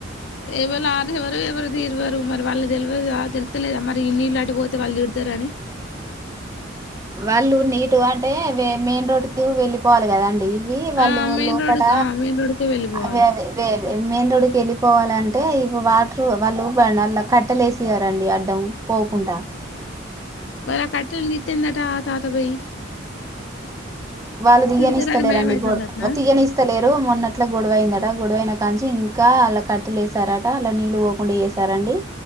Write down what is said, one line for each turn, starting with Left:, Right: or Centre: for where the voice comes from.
Left: ఎవళ ఆదివరు ఎవరు తీరువరు మరి వాళ్ళ తెల్వదా తెలుస్తలేదా మరి ఇ నీళ్లు అటు పోతే వాళ్ళు తిడతార్ త్రని
Right: వాళ్ళు నీటు అంటే మెయిన్ రోడ్డుకు వెళ్ళిపోవాలి కదాండి వి వాళ్ళు
Left: ఆ మెయిన్
Right: లోపట
Left: రోడ్ ఆ మెయిన్ రోడ్కే వెళ్ళిపోవాలి
Right: అవేవేవే వే మెయిన్ రోడికి వెళ్లిపోవాలంటే ఇవు వాటరు వాళ్ళు బాణల్లా కట్టెలు వేసిరండి అడ్డం పోకుంట
Left: మల ఆ కట్టెలు తీత్తే ఏందంట ఆ తాతబొయి
Right: వాళ్ళు తీయనిస్తలేరండి
Left: తిడతారని భయం అయితుందటనా
Right: గోడ్ తీయనిస్తలేరు మొన్న మొన్నట్లే గొడవయిందట గొడవైన కా నుంచి ఇంకా ఆళ్ల కట్టలేస్తారంట అలా నీళ్ళు పోకుండా చేసారండి